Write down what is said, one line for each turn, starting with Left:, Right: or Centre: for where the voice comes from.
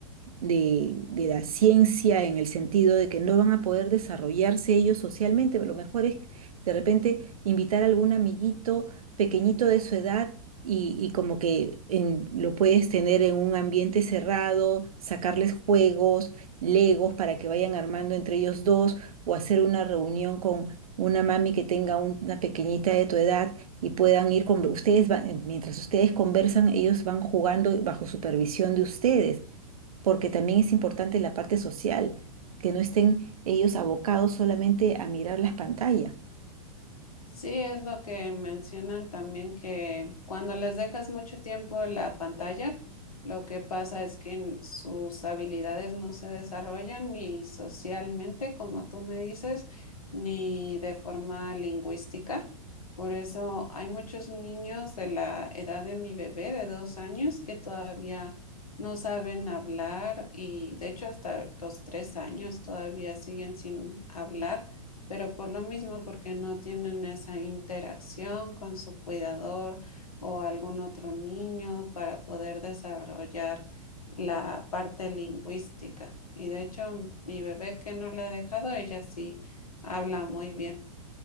Right: de, de la ciencia en el sentido de que no van a poder desarrollarse ellos socialmente. Lo mejor es de repente invitar a algún amiguito pequeñito de su edad y, y como que en- lo puedes tener en un ambiente cerrado, sacarles juegos, legos para que vayan armando entre ellos dos o hacer una reunión con una mami que tenga un- una pequeñita de tu edad y puedan ir con ustedes, van- mientras ustedes conversan, ellos van jugando bajo supervisión de ustedes porque también es importante la parte social, que no estén ellos abocados solamente a mirar las pantallas.
Left: Sí, es lo que mencionan también que cuando les dejas mucho tiempo en la pantalla, lo que pasa es que n- sus habilidades no se desarrollan ni socialmente, como tú me dices, ni de forma lingüística. Por eso hay muchos niños de la edad de mi bebé de dos años que todavía no saben hablar y de hecho hasta los tres años todavía siguen sin hablar pero por lo mismo, porque no tienen esa interacción con su cuidador o algún otro niño para poder desarrollar la parte lingüística. Y de hecho, mi bebé que no la he dejado, ella sí habla muy bien.